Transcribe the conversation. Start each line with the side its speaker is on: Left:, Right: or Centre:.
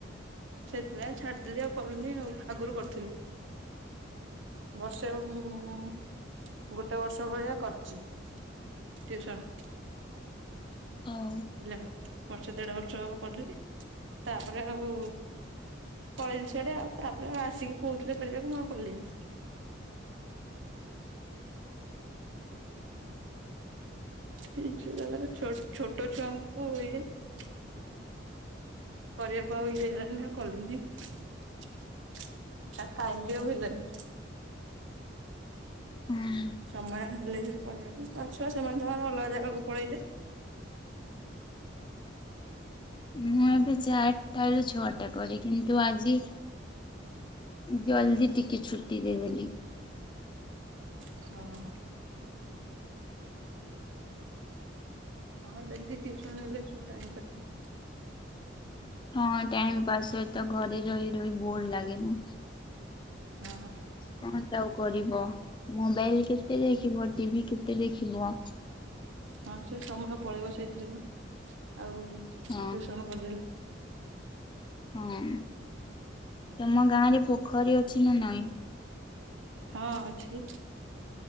Right: ସେଥିପାଇଁ ଛାଡିଦେଲି ଆଉ କରୁନି ଆଉ ଆଗରୁ କରୁଥିଲି। ବର୍ଷେ ହବ ମୁଁ ଗୋଟେ ବର୍ଷ ଭଳିଆ କରିଛି ଟଉସନ।
Left: ହଉ।
Right: ହେଲା ବର୍ଷ ଦେଢବର୍ଷ ହବ କରିଦେଲି। ତାପରେ ଆଉ ପଳେଇଲି ସିଆଡେ ଆଉ। ତାପରେ ଆଉ ଆସିକି କହୁଥିଲେ କରିବାକୁ ମୁଁ ଆଉ କଲିିନି। ଠିକଛ ଦ ଛୋଟ ଛୁଆଙ୍କୁ ୁଏ <unintelligible> କରିବାକୁ ଆଉ ଇଏ ହେଲାନି ଆଉ କଲିନି। ଆଉ ଟାଇମ୍ ବି ଆଉ ହେଲାନି।
Left: ହଁ
Right: ସମୟ ହେଲେ ସିନା କରିବାକୁ। ତା ଛୁଆ ସେମାନେ ସମସ୍ତେ ଅଲଗା ଜାଗାକୁ ପଳେଇଲେ।
Left: ମୁଁ ଏବେ ଚାରିଟାରୁ ଛଅଟା କରେ। କିନ୍ତୁ ଆଜି ଜଲଦି ଟିକେ ଛୁଟି ଦେଇଦେଲି।
Right: ହଁ, ହଁ। ହଁ ଡେଲିୁସନ ହେଲେ ସବୁ ଟାଇ ପା ହେ <unintelligible>
Left: ହଁ ଟାଇମ ପାସ୍ ହୁଏ ତ ଘରେ ରହି ରହି ବୋର ଲାଗେ ନି
Right: ହଁ
Left: କଣ ଟା ଆଉ କରିବ, ମୋବାଇଲ କେତେ ଦେଖିବ ଟିଭି କେତେ ଦେଖିବ
Right: ହଁ ସେ ସମୟ ପଳେଇବ ସେଇଥିରେ ପାଆଉ ଟ୍ୟୁସନ
Left: ହଁ
Right: କରିଦେଲେ
Left: ହଁ, ତମ ଗାଁ ରେ ପୋଖରୀ ଅଛି ନା ନାଇଁ?
Right: ହଁ ଅଛି।